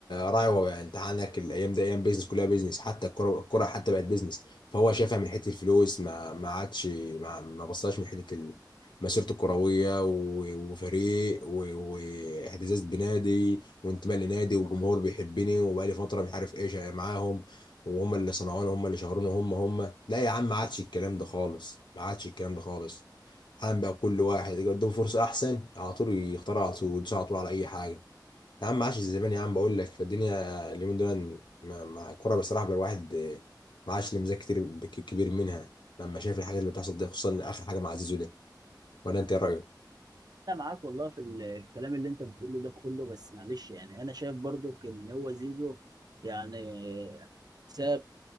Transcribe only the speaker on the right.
انا معاك والله في ال- في الكلام اللي انت بتقوله ده كله بس معلش يعني انا شايف برضو ان هو زيزو يعني ساب